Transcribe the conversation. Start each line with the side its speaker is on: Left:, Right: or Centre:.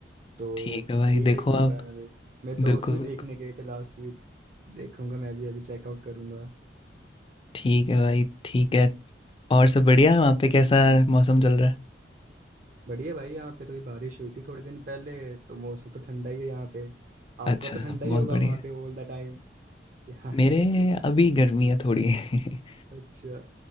Right: तो
Left: ठीक है भाई
Right: यही देखूंगा
Left: देखो आप
Right: मैं भी मेरे
Left: बिल्कुल
Right: दोस्त भी
Left: बिल्कुल।
Right: देखने गए थे लास्ट वीक देखूंगा मैं भी अभी चेकआउट करूंगा
Left: ठीक है भाई ठीक है और सब बढ़िया वहाँ पे कैसा मौसम चल रहा
Right: बढ़िया भाई यहाँ पे तो भी बारिश हुई थी थोड़े दिन पहले तो मौसम तो ठंडा ही है यहाँ पे आपका
Left: है अच्छा
Right: तो ठंडा
Left: बहुत
Right: ही होगा
Left: बढ़िया
Right: वहाँ पे ऑल द टाइम <laughs> यहाँ
Left: मेरे
Right: नहीं लेकिन
Left: अभी गर्मी है थोड़ी <laughs>
Right: अच्छा